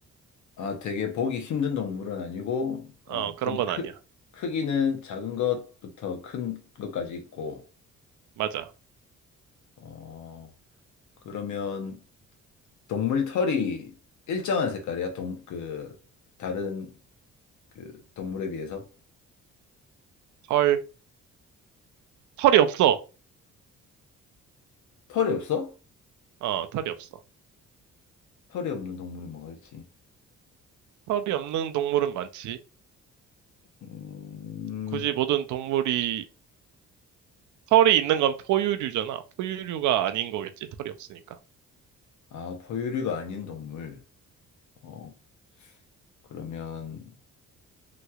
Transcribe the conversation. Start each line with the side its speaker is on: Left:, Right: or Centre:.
Left: 아, 되게 보기 힘든 동물은 아니고,
Right: 어,
Left: 어,
Right: 그런
Left: 근데
Right: 건
Left: 크,
Right: 아니야.
Left: 크기는 작은 것부터 큰 것까지 있고,
Right: 맞아.
Left: 어, 그러면 동물 털이 일정한 색깔이야? 동, 그, 다른 그 동물에 비해서?
Right: 털, 털이 없어.
Left: 털이 없어?
Right: 어, 털이 없어.
Left: 털이 없는 동물이 뭐가 있지?
Right: 털이 없는 동물은 많지.
Left: 음,
Right: 굳이 모든 동물이 털이 있는 건 포유류잖아. 포유류가 아닌 거겠지, 털이 없으니까.
Left: 아, 포유류가 아닌 동물. 어, 그러면